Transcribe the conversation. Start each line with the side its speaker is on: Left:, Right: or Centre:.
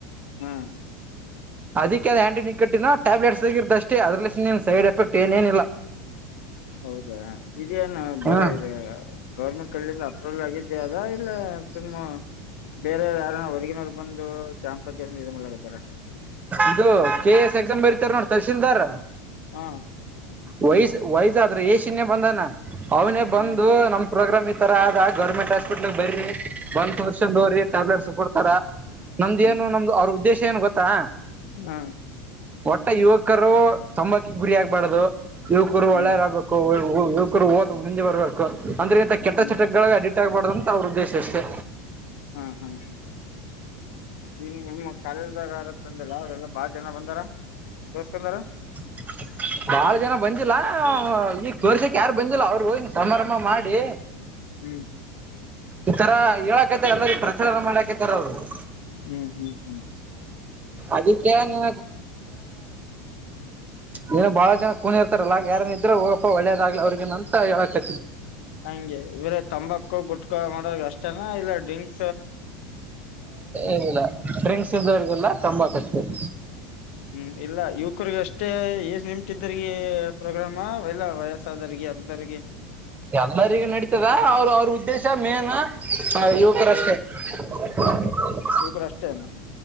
Left: ಹಾ
Right: ಅದಕ್ಕೆ ಅ ಆಂಟಿಗಟ್ಟಿನ ಟ್ಯಾಬ್ಲೆಟ್ಸ್ಗರ್ತ ಅಷ್ಟೇ ಅದಲ್ಲಿ ಸೈಡ್ ಎಫೆಕ್ಟ್ ಏನೇನಿಲ್ಲ
Left: ಹೌದಾ ಇದೇನು
Right: ಹ್ಮ
Left: ಗ ಇ ಗೌರ್ಮೆಂಟ್ ಕಡೆಯಿಂದ ಅಪ್ರೂವಲ್ ಆಗಿದ್ದೇ ಅದ ಇಲ್ಲ ಸುಮ್ಮ್ ಬೇರೆೆಯವ ಯಾರ ಹೊರಗಿನವ ಬಂದು ಕ್ಯಾಂಪ್ ಬಗ್ಗೆ ಇದ ಮಲತ್ತಾರ
Right: ಇದು ಕೆ ಎಸ್ ಎಕ್ಸಾಮ್ ಬರತಾರ ನೋಡ್ ತರ್ಸೀಲ್ದಾರ್
Left: ಹಾ
Right: ವಯಸ್ ವಯಸಾದ್ರೆ ಏಶನ ಬಂದಾನ ಅವನೇ ಬಂದು
Left: ಹ್ಮ್
Right: ನಮ ಪ್ರೋಗ್ರಾಮ್ ಇತ್ತು ಅ ಗೌರ್ಮೆಂಟ್ ಹಾಸ್ಪಿಟ್ಲ್ ಬರ್ರಿ ಬಂದ್ ತೋರಿಸಿ ಟ್ಯಾಬ್ಲೆಟ್ಸ್ ಕೊಡ್ತಾರ ನಮ್ದ
Left: ಹ್ಮ್
Right: ಏನ್ ನಮ್ದು ಅವ್ರ ಉದ್ದೇಶ ಏನು ಗೊತ್ತಾ
Left: ಹಾ
Right: ಒಟ್ಟ ಯುವಕರು ತಂಬಾಕಿ ಗುರಿ ಆಗ್ಬಾರ್ದು ಯುವಕರು
Left: ಹ್ಮ್
Right: ಒಳ್ಳೇರಾಗಗ್ಬೇಕು ಯುವಕರು ಓದ್ ಮುಂದೆ ಬರ್ಬೇಕು ಅಂದ್ರಗಂತ ಕೆಟ್ಟ
Left: ಹ್ಮ್
Right: ಚಿಟಗಳ ಗಬಾರ್ದು ಅಂತ ಅವ್ರ ಉದ್ದೇಶ ಅಷ್ಟೇ
Left: ಹ್ಮ್ ಹ್ಮ್ ಹ್ಮ್ ಇನ್ನು ನಿಮ್ಮ ಕಾಲೇಜ್ ಬ್ಯಾಗ್ ಬಂದಿಲ್ಲಲ್ಲ ಅವ್ರೆಲ್ಲಾ ಬಾಳ ಜನ ಬಂದಾರ ತೋರ್ಸ್ಕೊಂಡಾರ
Right: ಹ ಬಾಳ ಜನ ಬಂದಿಲ್ಲ ಈ ತೋರ್ಸಕ್ ಯಾರು ಬಂದಿಲ್ಲ ಅವರು ಸಮಾರಂಭ ಮಾಡಿ
Left: ಹ್ಮ್
Right: ಈ ತರ ಹೇಳಕತೆ ಎಲ್ಲರಿ ಪ್ರಚಲನ ಮಾಡಾಕತಾರ ಅವರು
Left: ಹ್ಮ್ ಹ್ಮ್ ಹ್ಮ್
Right: ಅದಕ್ಕೆ ನೀ ಏನು ಬಾಳ ಜನ ಕೂನಿರ್ತಾರಲ್ಲ ಯಾರನ್ ಇದ್ರೆ ಹೋಗಪ್ಪ ಒಳ್ಳೇದಾಗ್ಲಿ ಅವ್ರರಿಗೆಗ ಅಂತ ಹೇಳ ಕ
Left: ಹಂಗೆ ಇವರ ತಂಬಾಕು ಗುಟ್ಕಾ ಮಾಡದ ಅಷ್ಟೇನಾ ಇಲ್ಲ ಡ್ರಿಂಕ್
Right: ಇಿಲ್ಲ ್ರಿಂಗ್ಸ್ ಇ್ದವರ್ಗಲ್ಲ ತಂಬಾ ಕಷ್ಟ <inaudible>
Left: ಹ್ಮ್ ಇಲ್ಲ ಯುವಕರಿಗ ಅಷ್ಟೇ ಏಜ್ ನಿಮಟ್ದ್ರಗ ಪ್ರೋಗ್ರಾಮ ಇಲ್ಲ ವಯಸ್ ಹದರಿಗೆ ಅದರಿಗೆ
Right: ಎಲ್ಲರಿಗೂ ನಡೀತದ ಅವರು ಅವ್ರ ಉದ್ದೇಶ ಮೇನ್ ಯುವಕರಷ್ಟೇ ಹ
Left: ಇವು ಕೂಡ ಅಷ್ಟೇನು